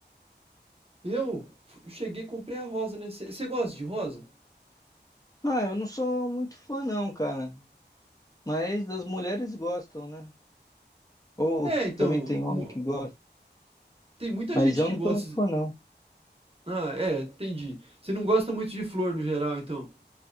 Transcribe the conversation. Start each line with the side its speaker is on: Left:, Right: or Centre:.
Right: Eu f- cheguei e comprei a rosa, né? Você gosta de rosa?
Left: Ah, eu não sou muito fã não, cara. Mas as mulheres gostam, né? Ou
Right: É, então,
Left: também tem homem
Right: mu-
Left: que gosta.
Right: tem muita
Left: Mas
Right: gente
Left: eu
Right: que
Left: não
Right: gosta
Left: sou muito fã não.
Right: Ah, é, entendi. Você não gosta muito de flor no geral, então.